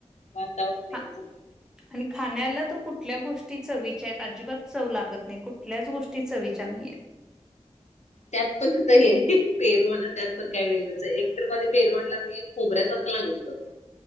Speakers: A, on the left (about 80°); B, in the centre.
A: वातावरण नाहीच
B: हा आणि खाण्याला तर कुठल्या गोष्टी चवीच्या आहेत अजिबात चव लागत नाही कुठल्याच गोष्टी चवीच्या नाहीयेत
A: त्यात पण आता हे पेरू ये ना त्यात पण काय वेगळंचं ये एक तर मध्येे पेरू आनटला मी एक खोऱ्यासारखा लागत होता तो